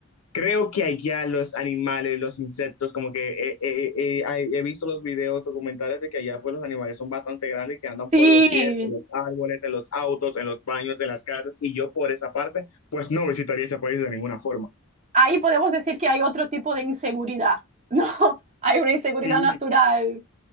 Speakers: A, on the left (about 80°); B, on the right (about 30°).
A: Creo que allá los animales, los insectos, como que eh, eh, eh, hay- he visto los videos documentales de que allá pues los animales son bastante grandes, que andan
B: Sí,
A: por doquier, en los árboles, en los autos, en los baños, en las casas, y yo por esa parte pues no visitaría ese país de ninguna forma.
B: ahí podemos decir que hay otro tipo de inseguridad, ¿no? <laughs> Hay una inseguridad
A: Sí,
B: natural.